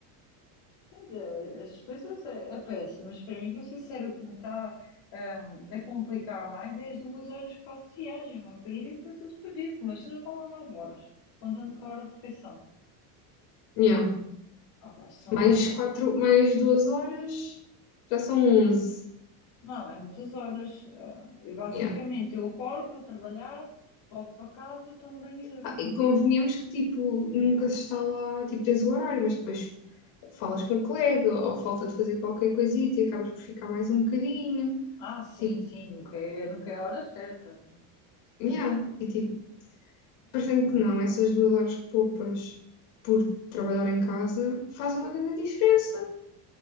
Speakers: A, on the left; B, on the left.
A: sim, eh, as despesas é, é péssimo, mas para mim, vou ser sincera, o que me está, ah, a complicar mais é as duas horas que faço de viagem, uma para ir e para tudo para vir, porque uma pessoa já está lá nove horas, contando com a hora de refeição.
B: Yeah.
A: Ah, pá, são.
B: Mais quatro, mais duas horas, já são onze
A: Não, é muitas horas. Ah, eu, basicamente,
B: Yeah.
A: eu acordo, vou trabalhar, volto para casa, tomo banho e durmo.
B: Ah, e convenhamos que, tipo, nunca se está lá, tipo, tens o horário, mas depois falas com a colega ou falta de fazer qualquer coisita e acabas por ficar mais um bocadinho.
A: Ah, sim,
B: Tipo,
A: sim, nunca é, nunca é a hora certa.
B: yeah. E, tipo, parecendo que não, essas duas horas que poupas por trabalhar em casa faz uma grande diferença.